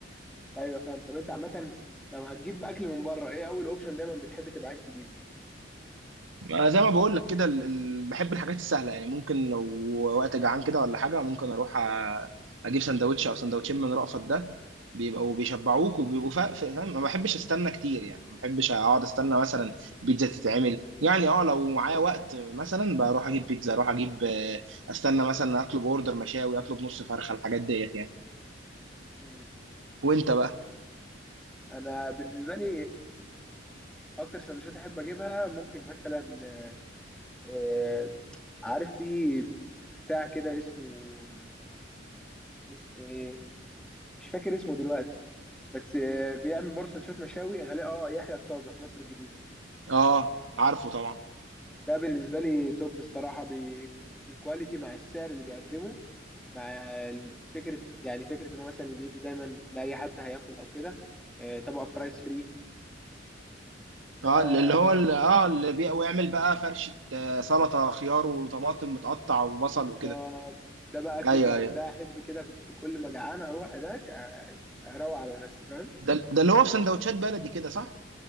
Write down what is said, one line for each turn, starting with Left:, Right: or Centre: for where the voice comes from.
Centre: ايوه فاهم طب انت عامة لو هتجيب اكل من بره ايه اول اوبشن دايما بتحب تبقى عايز تجيبه؟
Right: ما زي ما بقول لك كده ال- ال- بحب الحاجات السهله يعني ممكن لو وقت جعان كده ولا حاجه ممكن اروح أ- اجيب سندوتش او سندوتشين من رأفت ده بيبقوا بيشبعوك وبيبقوا فا- فاهم ما بحبش استنى كتير يعني ما بحبش اقعد استنى مثلا بيتزا تتعمل يعني اه لو معايا وقت مثلا بروح اجيب بيتزا اروح اجيب آه، استنى مثلا اطلب اوردر مشاوي اطلب نص فرخه الحاجات ديت يعني
Centre: مم.
Right: وانت بقى
Centre: انا بالنسبه لي اكتر سندوتشات احب اجيبها ممكن مثلا آه، عارف في بتاع كده اسمه كان اسمه ايه مش فاكر اسمه دلوقتي بس آه، بيعمل برضه سندوتشات مشاوي غالي اه يحيى الطازه في مصر الجديدة
Right: اه عارفه طبعا
Centre: ده بالنسبة لي توب الصراحة بي... الكواليتي مع السعر اللي بيقدمه مع ال- فكرة يعني فكرة ان هو مثلا بيدي دايما لأي حد هياكل او كده آه، طبق فرايز فري ده
Right: اه اللي هو اللي اه اللي بي... ويعمل بقى فرشة آه، سلطة خيار وطماطم متقطع وبصل
Centre: بالظبط
Right: وكده
Centre: ده بقى اكلتي
Right: ايوه
Centre: الم...
Right: ايوه
Centre: ده احب كده كنت كل ما جعان اروح هناك أ- اروق على نفسي فاهم
Right: ده, ده اللي هو في سندوتشات بلدي كده صح؟